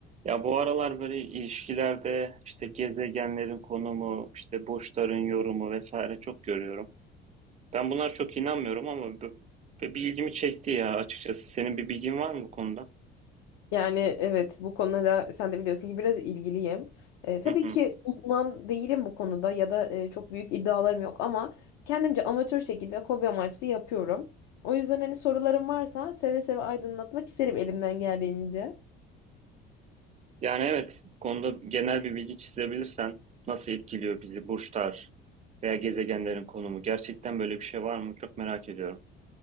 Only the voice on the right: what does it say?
Ya bu aralar böyle ilişkilerde işte gezegenlerin konumu, işte burçların yorumu vesaire çok görüyorum. Ben bunlar çok inanmıyorum ama b- b- bir ilgimi çekti ya açıkçası. Senin bir bilgin var mı bu konuda?
Hı hı.
Yani evet, bu konuda genel bir bilgi çizebilirsen nasıl etkiliyor bizi burçlar veya gezegenlerin konumu? Gerçekten böyle bir şey var mı? Çok merak ediyorum.